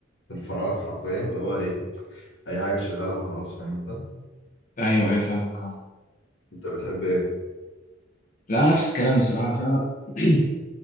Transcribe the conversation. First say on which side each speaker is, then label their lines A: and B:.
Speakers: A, on the left (about 80°); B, on the left (about 45°).
A: في الفراغ حرفيا اللي هو ايه اي حاجة شغالة وخلاص فاهم انت
B: ايوه ايوه فاهمك اه
A: انت بتحب ايه
B: لا نفس الكلام بصراحه ف <clears throat>